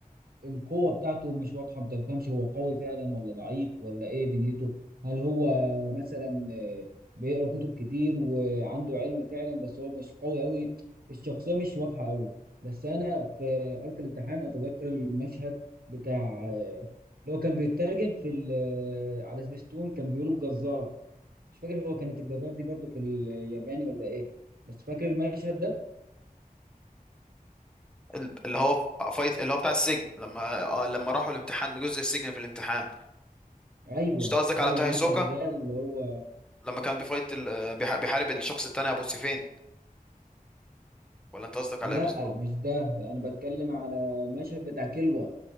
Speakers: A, on the right; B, in the centre.
A: القوة بتاعته مش واضحة ما تفهمش هو قوي فعلا ولا ضعيف ولا ايه دنيته هل هو مثلا آه، بيقرأ كتب كتير وعنده علم فعلا بس هو مش قوي قوي الشخصية مش واضحة قوي بس انا في أرك الامتحان اتذكر المشهد بتاع اللي هو كان بيترجم في ال- آه، على سبيستون كانوا بيقولوا الجزار مش فاكر هو كانت الجزار دي برضو في الياباني ولا ايه بس فاكر المشهد ده
B: ال- اللي هو فايت اللي هو بتاع السجن لما آه، لما راحوا الامتحان جزء السجن في الامتحان
A: ايوه
B: مش أنت قصدك
A: ايوه
B: على بتاع
A: المشهد
B: هيسوكا
A: ده اللي هو
B: لما كان بيفايت ال... بيح- بيحارب الشخص التاني ابو سيفين ولا انت قصدك
A: لا
B: على ايه بالظبط
A: مش ده انا بتكلم على المشهد بتاع كلوة